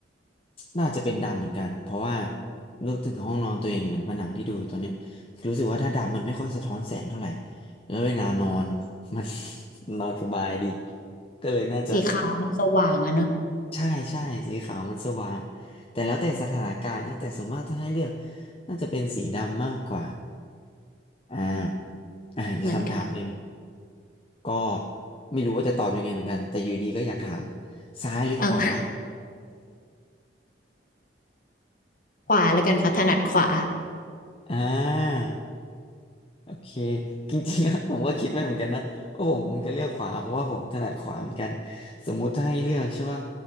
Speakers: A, on the left; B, on the left.
A: น่าจะเป็นดำเหมือนกันเพราะว่านึกถึงห้องนอนตัวเองเหมือนผนังที่ดูอยู่ตอนเนี้ยรู้สึกว่าถ้าดำมันไม่ค่อยสะท้อนแสงเท่าไหร่แล้วเวลานอน <laughs> มัน <laughs> นอนสบายดีก็เลยน่าจะ
B: <laughs> สีขาวมันสว่างอะเนาะ
A: ใช่ใช่สีขาวมันสว่างแต่แล้วแต่สถานการณ์นะแต่ส่วนมากถ้าให้เลือกน่าจะเป็นสีดำมากกว่าอ่าอ่าอีกคำถามหนึ่ง
B: เหมือนกัน
A: ก็ไม่รู้ว่าจะตอบยังไงเหมือนกันแต่อยู่ดีก็อยากถามซ้ายหรือขวา
B: เอาขวาแล้วกันค่ะถนัดขวา
A: <laughs> อ่า โอเคจริงๆอะ <laughs> ผมก็คิดไว้เหมือนกันนะว่าผมคงจะเลือกขวาเพราะว่าผมถนัดขวาเหมือนกันสมมุติถ้าให้เลือกใช่ป่ะ